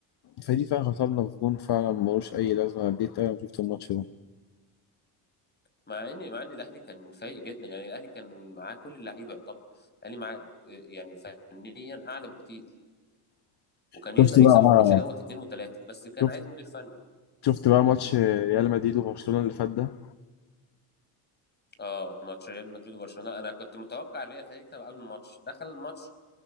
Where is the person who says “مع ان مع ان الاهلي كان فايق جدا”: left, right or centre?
Left